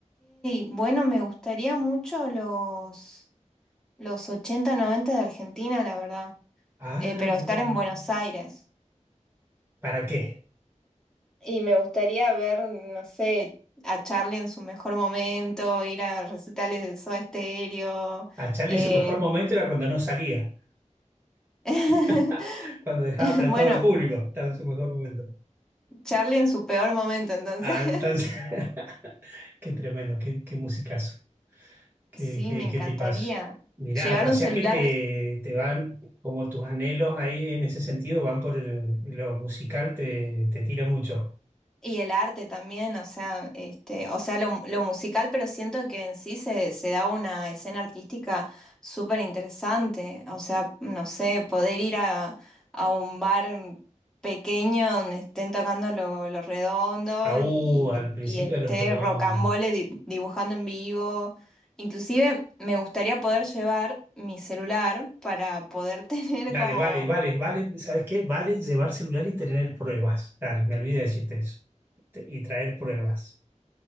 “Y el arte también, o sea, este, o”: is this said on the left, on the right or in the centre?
Centre